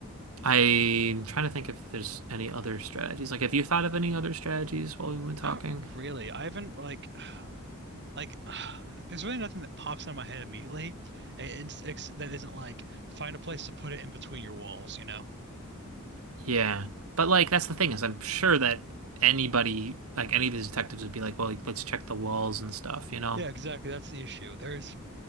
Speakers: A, on the right; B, on the right.
A: I'm trying to think if there's any other strategies. Like, have you thought of any other strategies while we've been talking?
B: Not really. I haven't like like <sighs> uh, there's really nothing that pops out of my head immediately. It's, it's that isn't like find a place to put it in between your walls. You know?
A: Yeah. But like that's the thing is I'm sure that anybody like any of these detectives would be like, well, like, let's check the walls and stuff, you know?
B: Yeah, exactly. That's the issue. There's